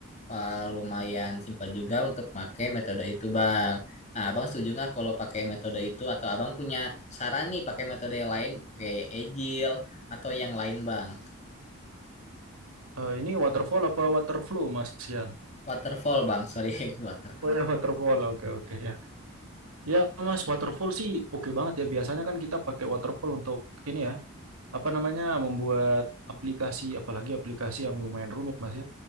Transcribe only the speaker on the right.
Eh, ini waterfall apa waterflow, Mas Rian?
Oh ya, waterfall. Oke, oke. Ya. Ya mas, waterfall sih oke banget ya. Biasanya kan kita pakai waterfall untuk ini ya, apa namanya, membuat aplikasi, apalagi aplikasi yang lumayan rumit mas ya.